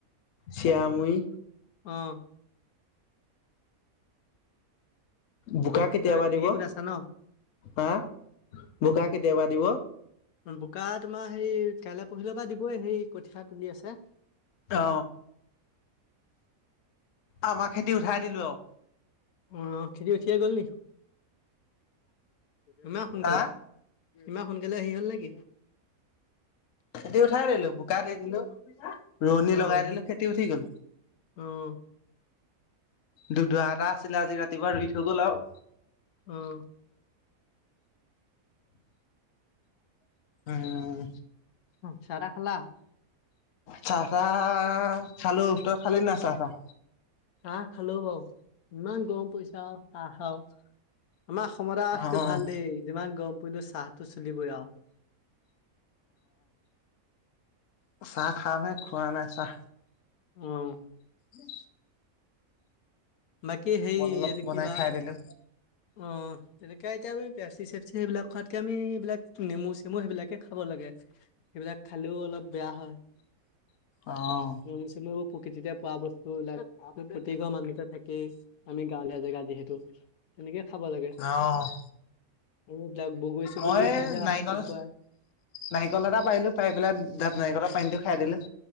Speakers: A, on the left; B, on the left.
A: চিৰা মুৰি
B: আহ
A: বোকা কেতিয়াবা
B: তেনেকে
A: দিব
B: গোট আছা ন
A: হা বোকা কেতিয়াবা দিব
B: বোকা তোমাৰ সেই কাইলৈ পুহিলে পৰা দিবই সেই কঠিয়া তুলি আছে
A: অ আমাক খেতি উঠাই দিলো আৰু
B: আহ খেতি উঠিয়েই গল নি ইমান সোনকালে
A: হা
B: ইমান সোনকালে হেৰী হল নেকি
A: খেতি উঠাই দিলো বোকা দি দিলো ৰোৱনী
B: অ',
A: লগাই দিলো খেতি উঠি গল
B: অ',
A: দু দুআ এটা আছিলে আজি ৰাতিপুৱা ৰুই থৈ গ'ল আৰু
B: আহ
A: উম
B: উ চা তা খালা
A: চাহ চাহ খালো ত খালি না চাহ তাহ
B: চাহ খালো বাৰো ইমান গৰম পইচে চাহ আৰু আমাৰ অসমত আউ
A: অ'
B: সেইটো ভাল দেই যিমান গৰম পৰিলো চাহটো চলিবই আৰু
A: অ চাহ খা নাই খোৱা নাই চাহ
B: উম
A: উম
B: বাকী সেই
A: অলপ
B: এইটো
A: বনাই
B: কিবা
A: খাই দিলো।
B: অ তেনেকে এতিয়া আমি পেপচি চেপচি সেইবিলাক খোৱাতকে আমি এইবিলাক নেমু চেমু সেইবিলাকে খাব লাগে সেইবিলাক খালেও অলপ বেয়া হয়
A: অ'
B: নেমু চেমু পকিতিতে পোৱা বচ ত প্ৰতি ঘৰ মানুহটেই থাকেই আমি গাঁৱলীয়া জেগা যিহেতু তেনেকে খাব লাগে
A: অ'
B: আৰু এইবিলাক বগৰী চগৰীবোৰ
A: মই
B: থৈ দিয়া
A: নাৰিকল
B: হয় শুকুৱাই।
A: নাৰিকল এটা পাৰিলো পাৰি পেলাই নাৰিকলৰ পানীটো খাইদিলো